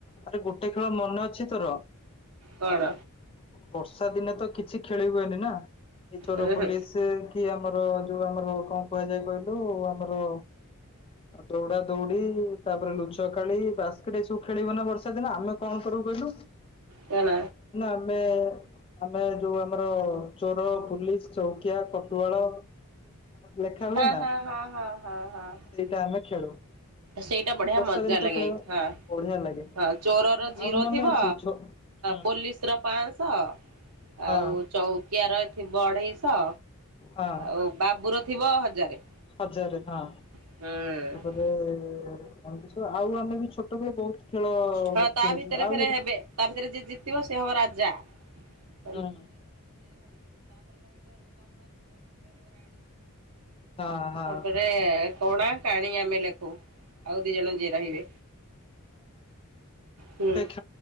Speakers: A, on the left; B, on the right.
A: ଆରେ ଗୋଟେ ଖେଳ ମନେ ଅଛି ତୋର?
B: କଣ
A: ବର୍ଷା ଦିନେ ତ କିଛି ଖେଳି ହୁଏନି ନା ଏଇ ଚୋର
B: ଉହୁଁ
A: ପୁଲିସ୍ ଏଇ ଆମର ଯୋଉ ଆମର କଣ କୁହାଯାଏ କହିଲୁ ଆମର ଦୌଡ଼ା ଦୌଡ଼ି ତା'ପରେ ଲୁଚ କାଳି, ବାସ୍କେଟ୍ ଏଇ ସବୁ ଖେଳିବ ବର୍ଷା ଦିନ, ଆମେ କ'ଣ କରିବୁ କହିଲୁ?
B: କଣ
A: ଆମେ ଆମେ ଯଉ ଆମ୍ର ଚୋର, ପୁଲିସ୍‌ ଚୌକିଆ, କଟୁଆଳ, ଲେଖା ହୁଏ
B: ହଁ
A: ନା।
B: ହଁ ହଁ ହଁ ହଁ ହଁ
A: ସେଇଟା ଆମେ ଖେଳୁ,
B: ସେଇଟା ବଢିଆ
A: ବର୍ଷା
B: ମଜା
A: ଦି
B: ଲାଗେ
A: ତ ଖେଳିବ
B: ହଁ
A: ବଢ଼ିଆ ଲାଗେ।
B: ହଁ ଚୋରର
A: ଆଉ
B: ଜିରୋ
A: ଆଉ ମନେ
B: ଥିବ,
A: ଅଛି ଛୋ ହଁ
B: ପୋଲିସ୍‌ ର ପାଆନ୍ସ। ଆଉ
A: ହଁ
B: ଚୌକିଆ ର ଥିବ ଅଢ଼େଇଶ,
A: ହଁ
B: ଆଉ ବାବୁର ଥିବ ହଜାରେ।
A: ହଜାରେ, ହଁ।
B: <inaudible>
A: <inaudible> ଖେଳ
B: ହଁ,
A: ଖେଳିଛୁ
B: ତା' ଭିତରେ
A: ଆଉ
B: ଫେରେ
A: ଗୋଟେ
B: ହେବେ, ତା' ଭିତରେ ଯିଏ ଜିତିବ ସେ ହବ ରାଜା। <inaudible>
A: ହଁ ହଁ ହଁ
B: ତା'ପରେ କଣା, କାଣୀ ଆମେ ଲେଖୁ। ଆଉ
A: <inaudible> <inaudible> ଭାତ
B: ଦି ଜଣ ଯିଏ ରହିବେ। ହୁଁ
A: ତିଆରି